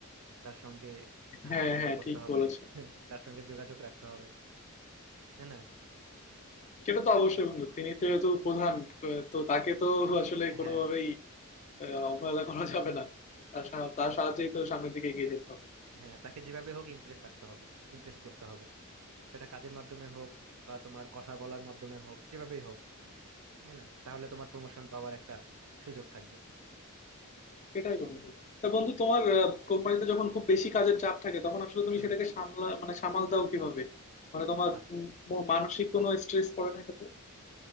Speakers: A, on the right (about 75°); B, on the left (about 30°).
A: তার সঙ্গে
B: হ্যাঁ
A: হাসি মজা
B: হ্যাঁ
A: করতে
B: ঠিক
A: হবে
B: বলেছো
A: <laughs> তার সঙ্গে যোগাযোগ রাখতে হবে হ্যাঁ না
B: সেটা তো অবশ্যই বন্ধু তিনি তো যেহেতু প্রধান আহ, তো তাকে তো আসলে কোনোভাবেই
A: হ্যাঁ
B: আহ, অবহেলা করা যাবে না তার সা- তার সাহায্যেই তো সামনের দিকে এগিয়ে যেতে হবে
A: হ্যাঁ তাকে যেভাবে হোক ইমপ্রেস রাখতে হবে ইমপ্রেস করতে হবে সেটা কাজের মাধ্যমে হোক বা তোমার কথা বলার মাধ্যমে হোক যেভাবেই হোক হ্যাঁ না তাহলে তোমার প্রমোশন পাওয়ার একটা সুযোগ থাকবে
B: এটাই
A: এই
B: বন্ধু
A: তো
B: তা বন্ধু তোমার কোম্পানিতে যখন খুব বেশি কাজের চাপ থাকে তখন আসলে তুমি
A: হুম
B: সেটাকে সামলা মানে সামাল দাও কিভাবে মানে তোমার
A: আচ্ছা
B: উম ম- মানসিক কোনো স্ট্রেস পড়ে না এটাতে